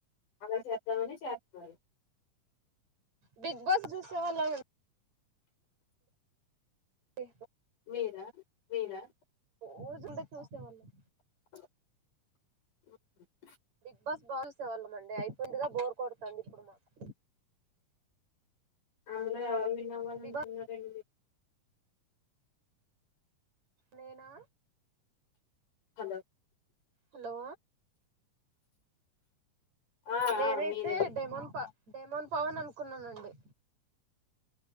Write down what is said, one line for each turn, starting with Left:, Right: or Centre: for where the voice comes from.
Left: అలా చేద్దామనే చేత్నారు.
Right: బిగ్ బాస్ జూసేవాళ్ళన్ టి
Left: మీరా మీరా?
Right: రోజుంటే చూసేవాళ్ళం
Left: <unintelligible>
Right: బిగ్ బాస్ బాజూసే వాళ్ళమండి అయిపోయిందిగా బోర్ కొడుతుంది ఇప్పుడు మాకు
Left: అందులో ఎవరు విన్నావని
Right: బిగ్
Left: అంటున్నారండి
Right: బాస్ నేనా
Left: హలో
Right: హలో
Left: ఆ
Right: నేనైతే
Left: ఆ మీరే మీరే.
Right: డెమోన్ పా డెమోన్ పావన్ అని అనుకున్నానండి